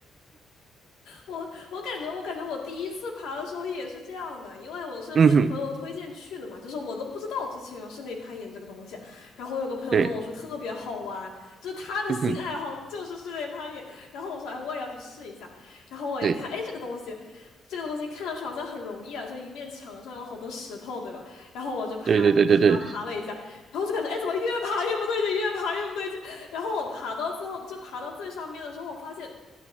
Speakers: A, on the left (about 85°); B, on the right (about 50°).
A: 我我感觉，我感觉我第一次爬的时候也是这样的，因为我是被朋友推荐去的嘛，
B: <laughs> 嗯哼，
A: 就是我都不知道之前有室内攀岩这个东西。然后我有个朋友跟我说特别好玩，
B: 对，
A: 就是他的新爱好就是室内攀岩。
B: 嗯哼，
A: 然后我说，哎，我也要去试一下。然后我一看，
B: 对，
A: 哎，这个东西，这个东西看上去好像很容易啊，就一面墙上有好多石头，对吧？然后我就爬着爬爬了一下，
B: 对对对对对，
A: 然后就感觉，哎，怎么越爬越不对劲，越爬越不对劲。然后我爬到最后，就爬到最上面的时候，我发现，